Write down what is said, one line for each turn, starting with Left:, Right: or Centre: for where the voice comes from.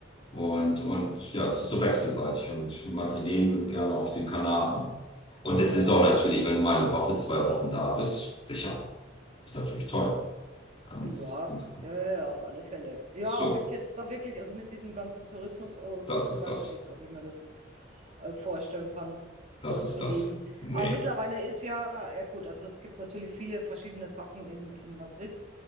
Left: Und, und ja, es ist so wechselseitig und Madrilen sind gerne auf den Kanaren. Und
Right: Ja,
Left: es ist auch natürlich, wenn du mal eine Woche, zwei Wochen da bist, sicher. Ist natürlich toll. Ganz,
Right: ja,
Left: ganz klar.
Right: ja, ja, ja, auf alle Fälle. Ja,
Left: So,
Right: ob ich jetzt da wirklich, also mit diesem ganzen Tourismus, oh,
Left: das ist
Right: weiß
Left: das.
Right: ich nicht, ob ich mir das äh, vorstellen kann,
Left: Das
Right: dort
Left: ist
Right: zu leben.
Left: das. Nee.
Right: Aber mittlerweile ist ja, ja gut, also es gibt natürlich viele verschiedene Sachen in, in Madrid.